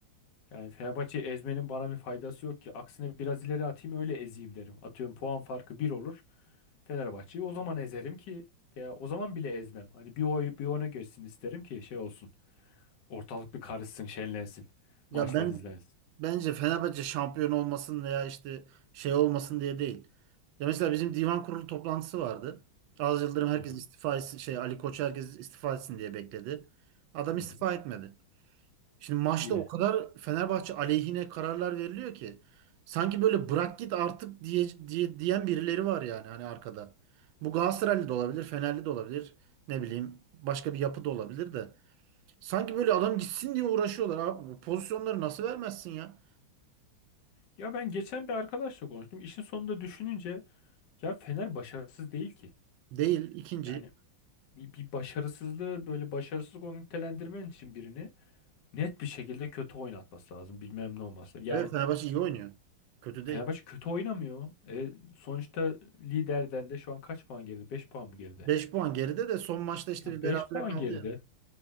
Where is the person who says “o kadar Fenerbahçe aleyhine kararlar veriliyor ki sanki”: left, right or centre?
Right